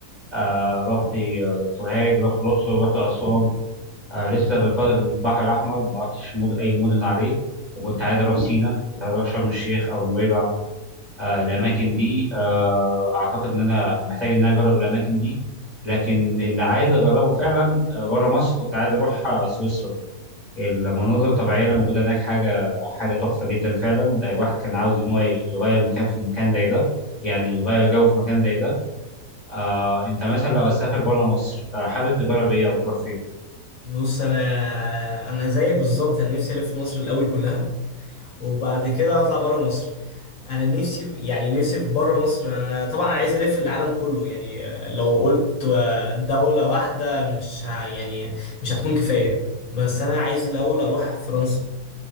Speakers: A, on the right; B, on the left.
A: آه، رحت آه، سوهاج رحت الأقصر رحت أسوان آه لسه فاضل البحر الأحمر ما رحتش مد... أي مدن عليه وكنت عايز أروح سينا كنت عايز أروح شرم الشيخ أو نويبع آه الأماكن
B: اه
A: دي آه أعتقد إن أنا محتاج إن أنا أجرب الأماكن دي لكن اللي عايز أجربه فعلا آه بره مصر كنت عايز أروح آه سويسرا المناظر الطبيعية
B: مم.
A: اللي موجودة هناك حاجة حاجة تحفة جدا فعلا الواحد كان عاوز إن هو يغير مكان في مكان زي ده يعني يغير جو في مكان زي ده آه أنت مثلا لو هتسافر بره مصر آه حابب تجرب إيه أو تروح فين؟
B: بص انا انا زيك بالظبط انا نفسي الف مصر الاول كلها وبعد كده اطلع بره مصر انا نفسي يعني نفسي في بره مصر انا طبعا عايز الف العالم كله يعني لو قلت دولة واحدة مش ه- يعني مش هتكون كفاية بس انا عايز الاول اروح فرنسا